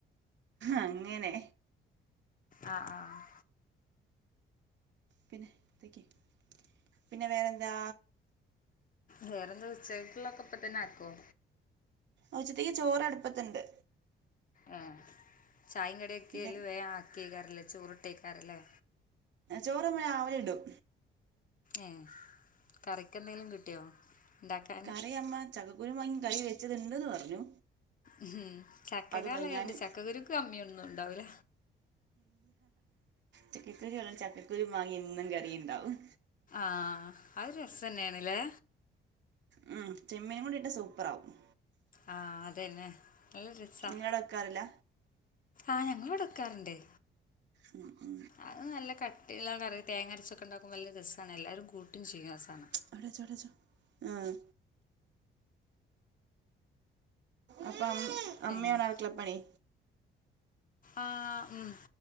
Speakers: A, on the right; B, on the left.
A: അങ്ങനെ
B: ആ ആ
A: പിന്നെ ഇതക്ക് പിന്നെ വേറെന്താ..
B: വേറെ ഉച്ചക്ക്യിട്ടുള്ളൊക്കെ ഇപ്പ തന്നെ ആക്കുവോ
A: ഉച്ചത്തക്ക് ചോറ്ടുപ്പത്തിണ്ട്.
B: ആ ചായ കടൊക്കെല്
A: പിന്നെ
B: വേ ആക്കിയക്കാറല്ലേ ചോറിട്ടേക്കാറല്ലേ.
A: ചോറമ്മ രാവിലെ ഇടും.
B: ഏ കറിക്കെന്തെങ്കലും കിട്ടിയോ. ഉണ്ടാക്കാൻ
A: കറമ്മ ചക്കക്കുരു വങ്ങി കള വെച്ചത്ണ്ട്ന്ന് പറഞ്ഞു.
B: ഉം ചക്കകാലണ്ട്
A: അത് മതി. ഞാൻ
B: ചക്കക്കുരുക്ക് കമ്മിയൊന്നും ഇണ്ടാവുല.
A: ചക്കൻ കുുറി വള്ള ചക്കൽക്കുരി മാങ്ങഇന്നും കറിിയുണ്ടാവും.
B: ആഹ അത് രസം തന്നെയണല്ലേ.
A: ഉ ചെമ്മീനും കൂടിയിട്ട് സൂപ്പർാകും.
B: ആഹ അതന്നെ നല്ലൊ രസാ.
A: നിങ്ങളവിടെ വെക്കാറില്ല
B: ആഹ്. ഞങ്ങള്വ്ടെ ക്കാറുണ്ട്‌
A: ഉം ഉം
B: അത് നല്ല കട്ടിള്ളകറി തേങ്ങര്ച്ചൊക്കെണ്ടാകും വല്ല രസാണ്. എല്ലാരും കൂട്ടും ചെയ്യും ആസാനം
A: അവിടെച്ചോ അവിടെച്ചോ ഉം അപ്പൊ
B: പിന്നെ
A: അമ്മയാണോ അട്ക്കളപ്പണി
B: ആ ഉം